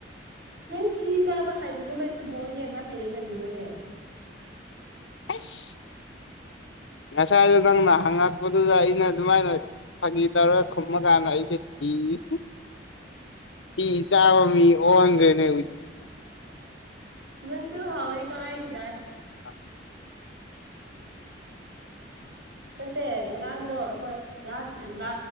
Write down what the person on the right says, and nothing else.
ꯅꯪ ꯊꯤ ꯆꯥꯕ ꯍꯥꯏꯩꯕꯒꯨꯝꯕ ꯁꯨꯝ ꯕꯥꯎ ꯌꯦꯡꯕ ꯍꯩꯌꯦ ꯀꯔꯤꯅꯣꯅꯦ
ꯅꯪꯁꯨꯨ ꯍꯥꯎꯦ ꯀꯥꯏ ꯀꯗꯥꯥꯏ
ꯅꯠꯇꯦ ꯉꯔꯥꯡꯗꯣ ꯑꯩꯈꯣꯏꯥꯁ